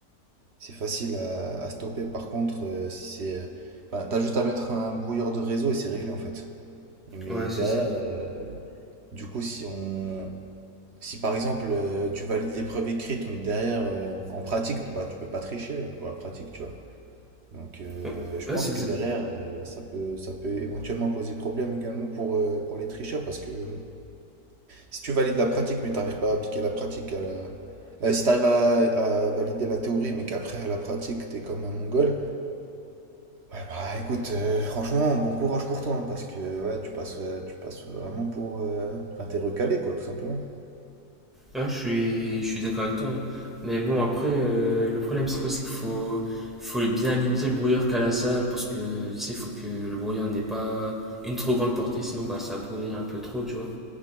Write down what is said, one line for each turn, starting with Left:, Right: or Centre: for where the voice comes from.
Right: C'est facile à, à stopper. Par contre, euh, si c'est. euh, Enfin, t'as juste à mettre un brouilleur de réseau et c'est réglé, en fait. Mais
Centre: Ouais,
Right: derrière.
Centre: c'est ça.
Right: euh, du coup, si on. Si par exemple euh, tu valides l'épreuve écrite, mais derrière euh, en pratique, bah tu peux pas tricher pour la pratique, tu vois. Donc, euh,
Centre: Ouais,
Right: je
Centre: Ouais,
Right: pense
Centre: c'est exact.
Right: que derrière, euh, ça peut, ça peut éventuellement poser problème également pour, euh, pour les tricheurs parce que euh, si tu valides la pratique, mais tu n'arrives pas à appliquer la pratique à la... Euh, si tu arrives à, à valider la théorie, mais qu'après à la pratique, tu es comme un mongol, ouais, bah écoute, euh, franchement, bon courage pour toi hein, parce que ouais, tu passes, euh, tu passes vraiment pour. euh, Enfin, t'es recalé, quoi, tout simplement.
Centre: Ouais, je suis, je suis d'accord avec toi. hein. Mais bon, après, euh, le problème, c'est quoi? C'est qu'il faut, faut bien limiter le brouillard qu'a la salle parce que, tu sais, il faut que le brouillard n'ait pas une trop grande portée. Sinon, bah, ça brouille un peu trop, tu vois.